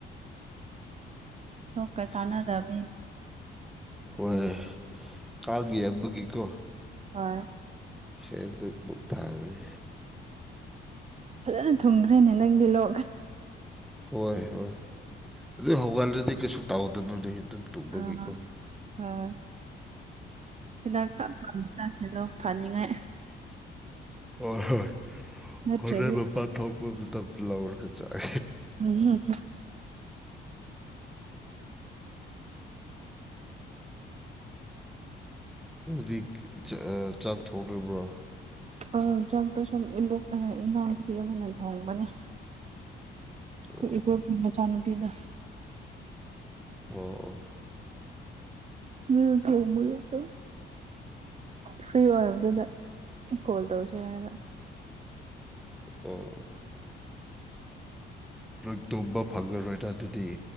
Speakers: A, on the right (about 35°); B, in the centre.
A: ꯂꯣꯛꯀ ꯆꯥꯟꯅꯗꯕꯅꯤ
B: ꯍꯣꯏ ꯀꯥꯒꯤꯕꯒꯤꯀꯣ
A: <unintelligible>
B: ꯁꯦ ꯕꯨꯛ ꯕꯨꯛ ꯊꯥꯕꯅꯤ
A: ꯐꯖꯅ ꯊꯨꯡꯈ꯭ꯔꯦꯅꯦ ꯅꯪꯗꯤ ꯂꯣ
B: ꯍꯣꯏ ꯍꯣꯏ ꯑꯗꯨ ꯍꯧꯒꯜꯂꯗꯤ ꯀꯩꯁꯨ ꯇꯥꯎꯗꯕꯅꯦ ꯑꯗꯨꯝ ꯇꯨꯝꯕꯒꯤꯀꯣ
A: ꯑꯥ ꯍꯥꯥ ꯍꯤꯗꯥꯛ ꯆꯞꯄ ꯃꯆꯥꯁꯤꯗꯣ ꯐꯅꯤꯡꯉꯥꯏ
B: ꯍꯣꯏ ꯍꯣꯏ
A: ꯅꯠꯇ꯭ꯔꯗꯤ
B: ꯍꯣꯔꯦꯟ ꯃꯄꯥꯟ ꯊꯣꯛꯄ ꯃꯇꯝꯇꯗꯨ ꯂꯧꯔꯒ ꯆꯥꯏ
A: ꯎ ꯍ ꯍ
B: ꯑꯗꯨꯗꯤ ꯆꯥꯛ ꯊꯣꯡꯇ꯭ꯔꯕ꯭ꯔꯣ
A: ꯑ ꯆꯝꯗ ꯁ ꯏ ꯏꯅꯥꯎ ꯄꯤꯔꯕꯅꯤ ꯊꯣꯡꯕꯅꯦ ꯀꯣꯏꯕꯣꯒ
B: ꯑꯣ
A: ꯃꯆꯥ ꯅꯨꯨꯄꯤꯗꯣ
B: ꯑꯣ ꯑꯣ
A: ꯎꯝ ꯊꯃꯗ ꯐ꯭ꯔꯤ ꯑꯣꯏꯔꯕꯗꯨꯅ ꯀꯣꯜ ꯇꯧꯁꯦ ꯍꯥꯏꯅ
B: ꯑꯣ ꯂꯣꯏ ꯇꯨꯝꯕ ꯐꯪꯂꯔꯣꯏꯅ ꯑꯗꯨꯗꯤ